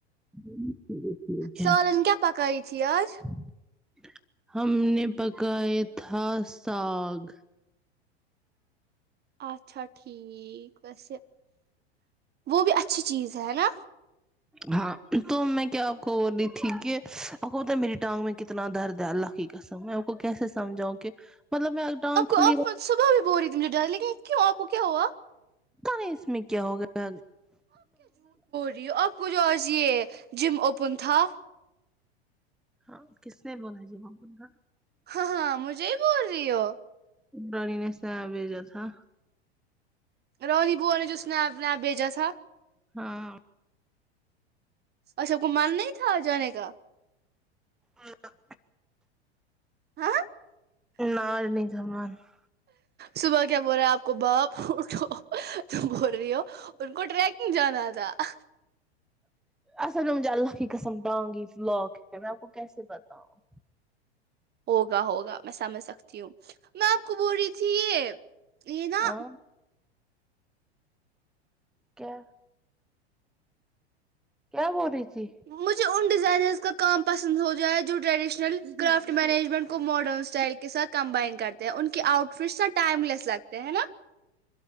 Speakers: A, in the centre; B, on the right.
A: <unintelligible>
B: سالن کیا پکائی تھی آج
A: ہم نے پکایا تھا ساگ
B: اچھا ٹھیک ویسے وہ بھی اچھی چیز ہے نا
A: ہاں تو میں کیا آپ کو بول رہی تھی کہ آپ کو پتا میری ٹانگ میں کتنا درد ہے اللہ س <unintelligible> میں اپ کو کیسے سمجاؤں کہ مطلب میں ٹانگ
B: آپ کو
A: کھلی
B: آپ
A: رہتی،
B: صبح بھی بول رہی تھی مجھے ڈر لیکن کیوں آپ کو کیا ہوا
A: پت نہیں اس میں کیا ہوگا
B: جیو آپ کو جو آج یہ جم اوپن تھا
A: ہاں کس نے بولا جی <unintelligible> ب کا
B: ہاں ہاں مجھے ہی بول رہی ہو
A: دانی نے ساگ بھیجا تھا
B: <unintelligible>
A: ہاں
B: اور سب کو من نہیں تھا جانے کا
A: ہمم
B: ہاں
A: <unintelligible>
B: صبح کیا بول رہا ہے آپ کو باپ اٹھو تم بول رہی ہو ان کو ٹریک <unintelligible>
A: اصل میں مجھے اللہ کی قسم ٹانگی لاک میں آپ کو کیسے پتاؤں
B: ہوگا ہوگا میں سمجھ سکتی ہوں میں آپ کو بول رہی تھی یہ یہ نا
A: ہاں کیا کیا بول رہی تھی
B: مجھے ان ڈیزائنر کا کام پسند ہو جائے ہے جو ٹریڈیشنل کرافٹ مینجمنٹ کو ماڈرن اسٹائل کے ساتھ کمبائن کرتے ہیں ان کے آؤٹ فٹس س ٹائم لیس لگتے ہیں ہے نا